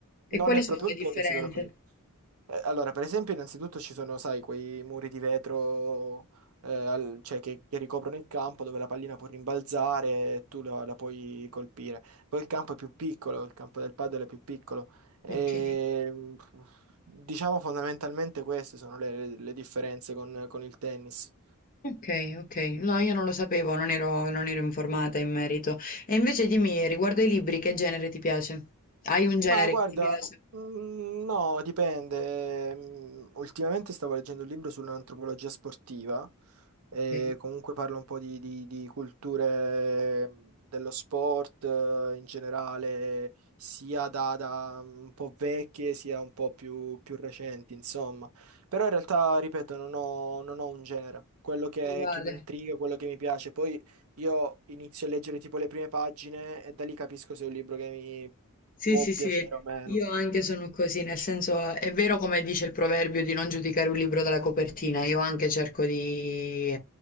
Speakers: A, on the left; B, on the right.
A: E
B: Non
A: quali
B: è
A: sono
B: proprio
A: le
B: un
A: differenze?
B: tennis, però è così. Eh, Allora, per esempio, innanzitutto ci sono, sai, quei muri di vetro eh, al- cioè, che, che ricoprono il campo dove la pallina può rimbalzare e tu la, la puoi colpire. Poi il campo è più piccolo, il campo del padel è più piccolo. E,
A: Ok,
B: mh, diciamo fondamentalmente queste sono le, le differenze con, con il tennis.
A: Ok, ok. No, io non lo sapevo, non ero, non ero informata in merito. E invece dimmi, riguardo ai libri, che genere ti piace? Hai un genere
B: Ma guarda,
A: che ti piace?
B: mm, no, dipende. Mm, Ultimamente stavo leggendo un libro sull'antropologia sportiva e
A: Ok,
B: comunque parla un po' di, di- di culture mm, dello sport eh, in generale, sia da, da un po' vecchie sia un po' più, più recenti, insomma. Però in realtà, ripeto, non ho, non ho un genere. Quello che,
A: uguale.
B: che mi intriga, quello che mi piace. Poi io inizio a leggere tipo le prime pagine e da lì capisco se è un libro che mi
A: Sì,
B: può
A: sì,
B: piacere
A: sì,
B: o meno.
A: io anche sono così, nel senso è vero come dice il proverbio di non giudicare un libro dalla copertina, io anche cerco di,